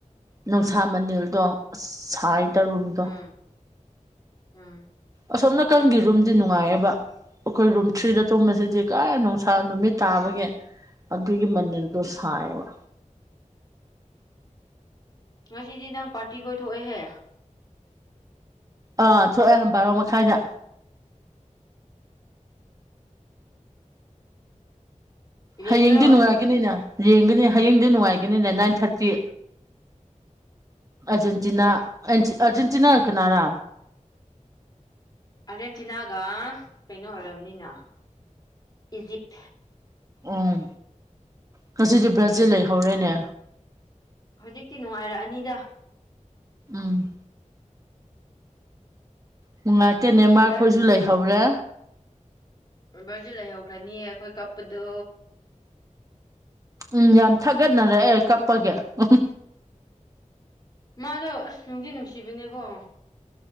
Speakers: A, on the right; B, on the left.
A: ꯅꯨꯡꯁꯥ ꯃꯅꯤꯜꯗꯣ ꯑꯁ ꯁꯥꯏꯗ ꯔꯨꯝꯗꯣ
B: ꯎꯝ ꯎꯝ
A: ꯑꯁꯣꯝ ꯅꯥꯀꯟꯒꯤ ꯔꯨꯝꯗꯤ ꯅꯨꯡꯉꯥꯏꯌꯦꯕ ꯑꯈꯣꯏ ꯔꯨꯝ ꯊ꯭ꯔꯤꯗ ꯇꯨꯝꯕꯁꯤꯗꯤ ꯀꯔꯥꯏ ꯅꯨꯡꯁꯥ ꯅꯨꯃꯤꯠ ꯇꯥꯕꯒꯦ ꯑꯗꯨꯒꯤ ꯃꯅꯤꯜꯗꯣ ꯁꯥꯏꯌ‌ꯦꯕ
B: ꯉꯁꯤꯗꯤ ꯅꯪ ꯄꯥꯔꯇꯤ ꯀꯣꯏꯊꯣꯛꯑꯦꯍꯦ
A: ꯑꯥ ꯊꯣꯛꯑꯦ ꯕꯥꯔꯣ ꯃꯈꯥꯏꯗ
B: ꯌꯦꯡꯒꯦꯔꯣ
A: ꯍꯌꯦꯡꯗꯤ ꯅꯨꯡꯉꯥꯏꯒꯅꯤꯅ ꯌꯦꯡꯒꯅꯤ ꯍꯌꯦꯡꯗꯤ ꯅꯨꯡꯉꯥꯏꯒꯅꯤꯅꯦ ꯅꯥꯏꯟ ꯊꯥꯔꯇꯤ
B: ꯎꯝ
A: ꯑꯔꯖꯦꯟꯇꯤꯅꯥ ꯑꯔꯖꯦꯟꯇꯤꯅꯥꯒ ꯀꯅꯥꯔꯥ
B: ꯑꯥꯔꯖꯦꯟꯇꯤꯅꯥꯒ ꯀꯩꯅꯣ ꯑꯣꯏꯔꯝꯅꯤꯅ ꯏꯖꯤꯞ
A: ꯎꯝ ꯉꯁꯤꯗꯤ ꯕ꯭ꯔꯥꯖꯤꯜ ꯂꯩꯍꯧꯔꯦꯅꯦ
B: ꯍꯧꯖꯤꯛꯇꯤ ꯅꯨꯡꯉꯥꯏꯔꯛꯑꯅꯤꯗ
A: ꯎꯝ ꯅꯨꯡꯉꯥꯏꯇꯦꯅ‌ꯦ ꯅꯦꯃꯥꯔ
B: ꯕ꯭ꯔꯠ
A: ꯈꯣꯏꯁꯨ ꯂꯩꯍꯧꯔꯦ
B: ꯕꯔꯖꯤꯜ ꯂꯩꯍꯧꯈ꯭ꯔꯅꯤ ꯑꯩꯈꯣꯏ ꯀꯞꯄꯗꯣ
A: ꯎꯝ ꯌꯥꯝ ꯊꯥꯒꯠꯅꯔꯛꯑꯦ ꯀꯞꯄꯒꯤ ꯎꯝ
B: ꯃꯥꯗꯣ ꯑꯁ ꯅꯨꯡꯗꯤ ꯅꯨꯡꯁꯤꯕꯅꯦꯀ‌ꯣ